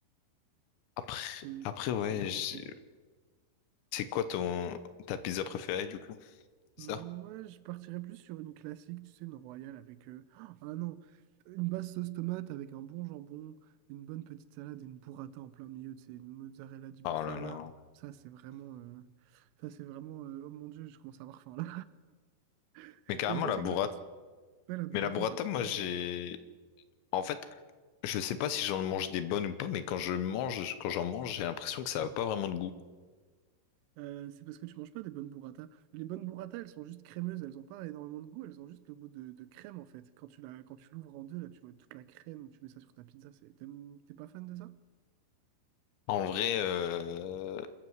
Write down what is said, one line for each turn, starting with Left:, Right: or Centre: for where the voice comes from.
Left: après,
Right: c'est,
Left: après, ouais,
Right: c'est vraiment
Left: je-
Right: trop bon.
Left: c'est quoi ton, ta pizza préférée, du coup? C'est
Right: Moi,
Left: ça?
Right: je partirais plus sur une classique, tu sais, une royale avec... euh, Ah non, une basse sauce tomate avec un bon jambon, une bonne petite salade et une burrata en plein milieu, tu sais, une mozzarella di bufala.
Left: Oh là là.
Right: Ça, c'est vraiment... euh, Ça, c'est vraiment... euh, Oh mon Dieu, je commence à avoir faim, là. <laughs>
Left: Mais carrément,
Right: Et toi,
Left: la
Right: c'est
Left: burrata,
Right: quoi? t- Ouais, la burrata,
Left: mais la burrata,
Right: c'est exceptionnel.
Left: moi, j'ai, en fait, je sais pas si j'en mange des bonnes ou pas, mais quand je mange, quand j'en mange, j'ai l'impression que ça a pas vraiment de goût.
Right: Euh, c'est parce que tu manges pas des bonnes burrata. Les bonnes burrata, elles sont juste crémeuses, elles ont pas énormément de goût, elles ont juste le goût de, de crème, en fait. Quand tu la, quand tu l'ouvres en deux, là, tu vois toute la crème, tu mets ça sur ta pizza, c'est... T'aimes- T'es pas fan de ça?
Left: En vrai, euh,